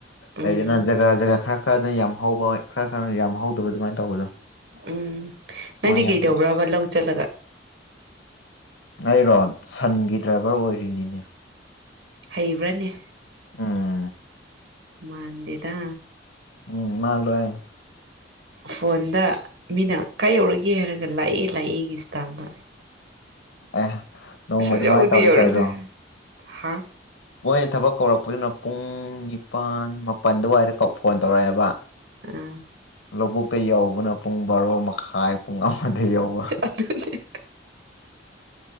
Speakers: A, on the right; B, on the left.
A: ꯎꯝ
B: ꯂꯩꯗꯅ ꯖꯒꯥ ꯖꯒꯥ ꯈꯔ ꯈꯔꯗꯅ ꯌꯥꯝ ꯍꯧꯕ ꯈꯔ ꯈꯔ ꯌꯥꯝ ꯍꯧꯗꯕ ꯑꯗꯨꯃꯥꯏꯅ ꯇꯧꯕꯗꯣ
A: ꯎꯝ
B: ꯑꯗꯨꯃꯥꯏꯅ
A: ꯅꯪꯗꯤ
B: ꯌꯥꯝ
A: ꯀꯩꯗꯧꯕ꯭ꯔꯕ
B: ꯇꯧꯋꯦ
A: ꯂꯧ ꯆꯠꯂꯒ
B: ꯑꯩꯔꯣ ꯁꯟꯒꯤ ꯗ꯭ꯔꯥꯏꯚꯔ ꯑꯣꯏꯔꯤꯅꯤꯅꯦ
A: ꯍꯩꯕ꯭ꯔꯅ‌ꯦ
B: ꯎꯝ
A: ꯃꯥꯟꯗꯦꯗ
B: ꯎꯝ ꯃꯥ ꯂꯣꯏ
A: ꯐꯣꯟꯗ ꯃꯤꯅ ꯀꯥꯏ ꯌꯧꯔꯒꯦ ꯍꯥꯏꯔꯒ ꯂꯥꯛꯏ ꯂꯥꯛꯏꯒꯤ ꯏꯁꯇꯥꯝꯅ
B: ꯑꯦ ꯅꯣꯡꯃ
A: ꯁꯨꯡꯌꯧꯗꯤ
B: ꯑꯗꯨꯃꯥꯏꯅ ꯇꯧꯔꯦ
A: ꯌꯧꯔꯛꯇꯦ
B: ꯀꯩꯔꯣ
A: ꯍꯥ
B: ꯃꯣꯏꯅ ꯊꯕꯛ ꯀꯧꯔꯛꯄꯗꯨꯅ ꯄꯨꯡ ꯅꯤꯄꯥꯜ ꯃꯥꯄꯟ ꯗꯨꯋꯥꯏꯗ ꯀꯧ ꯐꯣꯟ ꯇꯧꯔꯛꯑꯦꯕ
A: ꯑ
B: ꯂꯧꯕꯨꯛꯇ ꯌꯧꯕꯅ ꯄꯨꯡ ꯕꯥꯔꯣ ꯃꯈꯥꯏ ꯄꯨꯡ ꯑꯃꯗ ꯌꯧꯕ
A: <unintelligible>